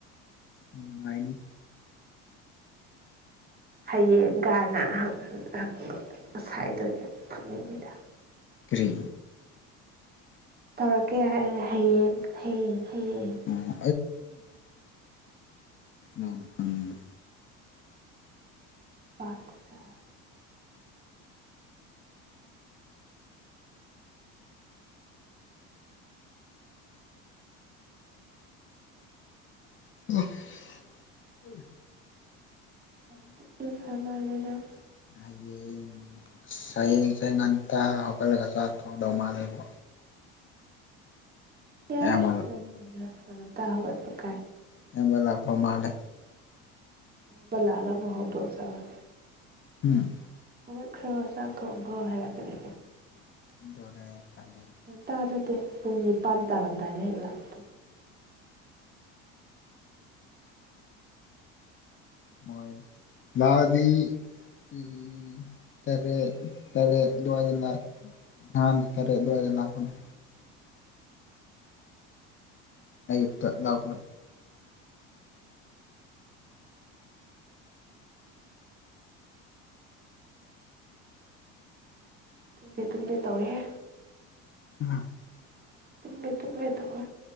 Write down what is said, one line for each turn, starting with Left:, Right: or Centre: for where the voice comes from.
Left: ꯅꯨꯡꯉꯥꯏꯅꯤ
Right: ꯍꯌꯦꯡꯒꯅ ꯍꯍ ꯁꯥꯏꯗꯣꯏꯗꯣ ꯐꯨꯠꯅꯤꯡꯉꯤꯗ
Left: ꯀ꯭ꯔꯤ
Right: ꯇꯧꯔꯛꯀꯦ ꯍꯥꯏꯔꯒ ꯍꯌꯦꯡ ꯍꯌꯦꯡ ꯍꯌꯦꯡ
Left: ꯑꯣ
Right: ꯍꯥꯏꯗ
Left: ꯀꯅꯅ ꯐꯪꯏꯕ
Right: ꯄꯥꯛꯆ
Left: <unintelligible>
Right: <unintelligible>
Left: ꯍꯌꯦꯡ ꯑꯁ ꯍꯌꯦꯡꯁꯦ ꯉꯟꯇꯥ ꯍꯧꯒꯠꯂꯒ ꯆꯥꯛ ꯊꯣꯡꯗꯧ ꯃꯥꯜꯂꯦꯕꯣ
Right: ꯇꯥꯏ
Left: ꯑꯌꯥꯝꯕ
Right: ꯇꯥꯕꯔꯥ ꯀꯥꯏꯅ
Left: ꯊꯦꯡꯅ ꯂꯥꯛꯇꯧ ꯃꯥꯜꯂꯦ
Right: ꯃꯣꯏꯃꯌꯥꯝꯗꯣ ꯂꯥꯛꯑꯒ ꯑꯃꯨꯛ ꯍꯧꯗꯣꯛꯑ ꯖꯥꯠꯂ
Left: ꯎꯝ
Right: ꯍꯧꯒꯠꯈ꯭ꯔ ꯆꯥꯛ ꯊꯣꯡ ꯈ꯭ꯔꯣ ꯍꯥꯏꯔꯛꯀꯅꯤ
Left: ꯑꯗꯨꯅꯦ ꯇꯟ
Right: ꯉꯟꯇꯥ ꯅꯠꯇꯦ ꯄꯨꯡ ꯅꯤꯄꯥꯟ ꯇꯥꯔꯝꯗꯥꯏꯗ ꯍꯦꯛ ꯂꯥꯛꯎ
Left: ꯃꯣꯏ ꯂꯥꯛꯑꯗꯤ ꯑꯝ ꯇꯔꯦꯠ ꯇꯔꯦꯠ ꯑꯗꯥꯏꯗ ꯅꯍꯥꯟꯗꯤ ꯇꯔꯦꯠ ꯑꯗ꯭ꯋꯥꯏꯗ ꯂꯥꯛꯄꯅꯤ ꯑꯌꯨꯛꯇ ꯂꯥꯛꯄꯅꯦ
Right: ꯇꯨꯝꯒꯦ ꯇꯨꯝꯒꯦ ꯇꯧꯔꯦꯍꯦ
Left: <unintelligible>
Right: ꯇꯨꯝꯒꯦ ꯇꯨꯝꯒꯦ ꯇꯧꯋꯦ